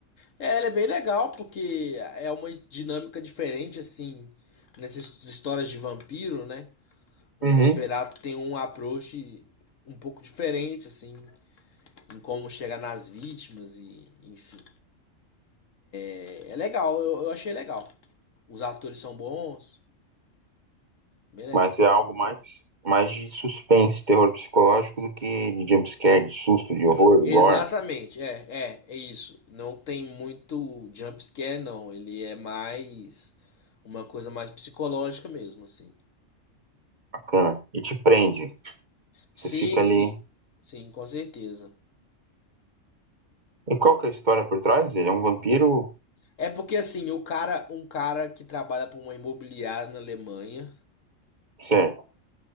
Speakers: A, on the left; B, on the right.
A: É, ele é bem legal porque é uma dinâmica diferente, assim, nessas histórias de vampiro, né? O
B: Uhum.
A: Nosferatu tem um approach um pouco diferente, assim, em como chegar nas vítimas e, enfim. É, é legal, eu, eu achei legal. Os atores são bons, bem legal.
B: Mas é algo mais, mais de suspense, terror psicológico do que de jumpscare, de susto, de horror,
A: Exatamente,
B: gore.
A: é, é, é isso. Não tem muito jump scare, não. Ele é mais uma coisa mais psicológica mesmo, assim.
B: Bacana. E te prende.
A: Sim,
B: Você fica ali.
A: sim, sim, com certeza.
B: E qual que é a história por trás? Ele é um vampiro?
A: É porque assim, o cara, um cara que trabalha para uma imobiliária na Alemanha,
B: Certo.